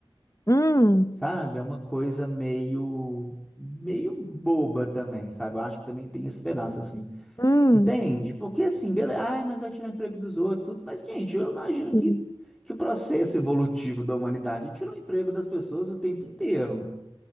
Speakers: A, on the left (about 35°); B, in the centre.
A: Hum,
B: Sabe? É uma coisa meio meio boba também, sabe? Eu acho que também tem esse pedaço assim.
A: hum.
B: Entende? Porque assim, beleza, ai, mas vai tirar emprego dos outros, tudo. Mas gente, eu imagino que
A: hum.
B: que o processo evolutivo da humanidade tirou o emprego das pessoas o tempo inteiro,